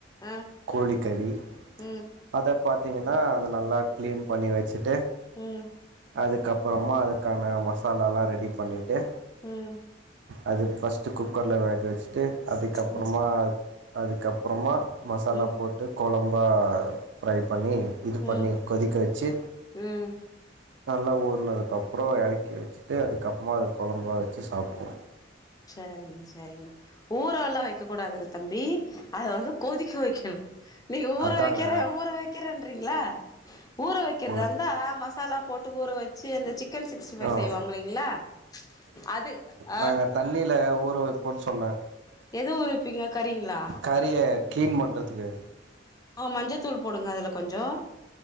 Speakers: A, on the left (about 20°); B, on the right (about 70°).
A: ஆ
B: கோழிக்கறி
A: ம்
B: அத பாத்திங்கன்னா அத நல்லா க்ளீன் பண்ணி வச்சுட்டு
A: ம்
B: அதுக்கபறமா அதுக்கான மசாலாலா ரெடி பண்ணிட்டு
A: ம்
B: அது ஃபஸ்ட்டு குக்கர்ல வேக வச்சுட்டு அதுக்கப்றமா
A: ம்
B: அதுக்கப்றமா மசாலா
A: ம்
B: போட்டு கொழம்பா ஃப்ரை பண்ணி இது பண்ணி
A: ம்
B: கொதிக்க வச்சு
A: ம்
B: நல்லா ஊறனதுக்கப்புறோ எறக்கி வச்சுட்டு அதுக்கப்மா அது கொழம்பா வச்சு சாப்டுவோ
A: சரிங்க சரிங்க ஊற எல்லா வைக்க கூடாதுங்க தம்பி அத வந்து கொதிக்க வைக்கணு நீங்க ஊற
B: அதாங்க
A: வைக்கிற ஊற வைக்கிறன்றீங்ளா ஊற வைக்கிறதாந்தா
B: ம்
A: மசாலா போட் டு ஊற வச்சு அந்த சிக்கன் சிகஸ்டி பைவ்
B: ஆ
A: செய்வாங்கல்லிங்ளா அது அ
B: நாங்க தண்ணில ஊற வைப்போன் சொன்ன
A: எது ஊர வப்பீங்க கறிங்ளா
B: கறிய கிளீன் பண்ணறதுக்கு
A: ஆ மஞ்சதூள் போடுங்க அதில கொஞ்சொம்